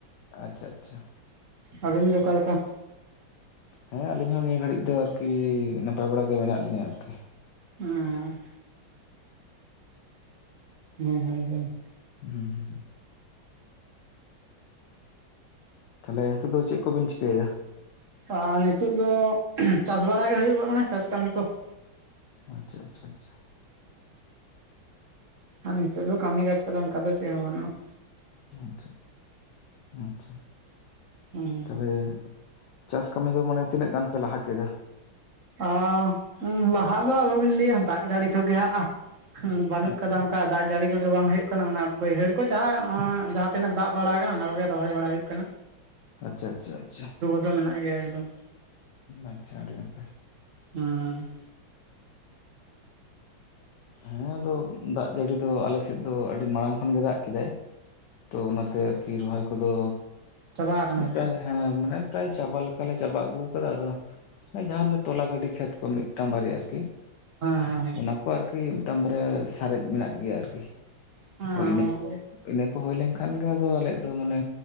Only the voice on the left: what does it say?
ᱟᱪᱪᱷᱟ ᱟᱪᱪᱷᱟ
ᱦᱮᱸ ᱟᱹᱞᱤᱧ ᱦᱚᱸ ᱱᱤᱭᱟᱹ ᱜᱷᱟᱹᱲᱤᱡ ᱫᱚ ᱟᱨᱠᱤ ᱱᱟᱯᱟᱭ ᱵᱟᱲᱟ ᱜᱮ ᱢᱮᱱᱟᱜ ᱞᱤᱧᱟᱹ ᱟᱨᱠᱤ᱾
ᱦᱩᱸ ᱦᱩᱸ ᱛᱟᱦᱚᱞᱮ ᱱᱤᱛᱚᱜ ᱫᱚ ᱪᱮᱫ ᱠᱚᱵᱮᱱ ᱪᱤᱠᱟᱹᱭᱮᱫᱟ?
ᱟᱪᱪᱷᱟ ᱟᱪᱪᱷᱟ ᱟᱪᱪᱷᱟ
ᱟᱪᱪᱷᱟ ᱟᱪᱪᱷᱟ
ᱛᱟᱦᱞᱮ ᱪᱟᱥ ᱠᱟᱹᱢᱤ ᱫᱚ ᱢᱟᱱᱮ ᱛᱤᱱᱟᱹᱜ ᱜᱟᱱ ᱯᱮ ᱞᱟᱦᱟ ᱠᱮᱫᱟ?
ᱟᱪᱪᱷᱟ
ᱟᱪᱪᱷᱟ ᱟᱪᱪᱷᱟ ᱟᱪᱪᱷᱟ᱾
ᱟᱪᱪᱷᱟ ᱟᱹᱰᱤ ᱱᱟᱯᱟᱭ᱾
ᱦᱮᱸ ᱟᱫᱚ ᱫᱟᱜ ᱡᱟᱹᱲᱤ ᱫᱚ ᱟᱞᱮ ᱥᱮᱫ ᱫᱚ ᱟᱹᱰᱤ ᱢᱟᱲᱟᱝ ᱠᱷᱚᱱ ᱜᱮ ᱫᱟᱜ ᱠᱮᱫᱟᱭ᱾ ᱛᱚ ᱚᱱᱟᱛᱮ ᱟᱨᱠᱤ ᱨᱚᱦᱚᱭ ᱠᱚᱫᱚ
ᱟᱯᱮ
ᱦᱮᱸ ᱢᱟᱱᱮ ᱯᱨᱟᱭ ᱪᱟᱵᱟ ᱞᱮᱠᱟᱞᱮ ᱪᱟᱵᱟ ᱟᱹᱜᱩᱣ ᱠᱟᱫᱟ ᱟᱫᱚ ᱟ ᱡᱟᱦᱟᱸ ᱚᱱᱮ ᱛᱚᱞᱟ ᱜᱟᱹᱰᱤ ᱠᱷᱮᱛ ᱠᱚ ᱢᱤᱜᱴᱟᱝ ᱵᱟᱨᱭᱟ ᱟᱨᱠᱤ᱾
ᱚᱱᱟ ᱠᱚ ᱟᱨᱠᱤ ᱢᱤᱴᱟᱝ ᱵᱟᱨᱭᱟ ᱥᱟᱨᱮᱡ ᱢᱮᱱᱟᱜ ᱜᱮᱭᱟ ᱟᱨᱠᱤ
<unintelligible> ᱦᱩᱭ ᱞᱮᱱᱠᱷᱟᱱ ᱜᱮ ᱟᱫᱚ ᱟᱞᱮᱭᱟᱜ ᱫᱚ ᱢᱟᱱᱮ